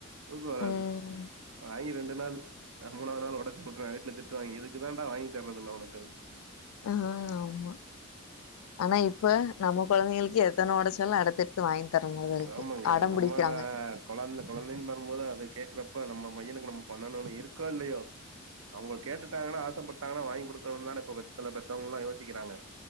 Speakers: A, on the right (about 85°); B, on the left (about 80°).
A: தூக்க வராது
B: ம்
A: வாங்கி ரெண்டு நாள் மூணாவது நாள் உடைச்சு போட்டுறே வீட்ல திட் திட்டுவாய்ங்கே இதுக்கு தாண்டா வாங்கி தரதில்ல உனக்கு
B: ஆ ஆமா ஆனா இப்ப நம்ம குழந்தைகளுக்கு எத்தன உடைச்சாலு அடுத்து வாங்கி தர மாரிதா இருக்கு
A: ஆமாங்க
B: அடம்
A: நம்ம
B: பிடிக்கிறாங்க
A: கொழந்த கொழந்தைன்னு வரும்போது அது கேக்குறப்ப நம்ம பையனுக்கு நம்ம பண்ணணுனு இருக்கோ இல்லையோ அவங்க கேட்டுட்டாங்கன்னா ஆசைப்பட்டாங்கன்னா வாங்கி கொடுக்கணுனு தான இப்ப சில பெத்தவங்கல்லா யோசிக்கிறாங்க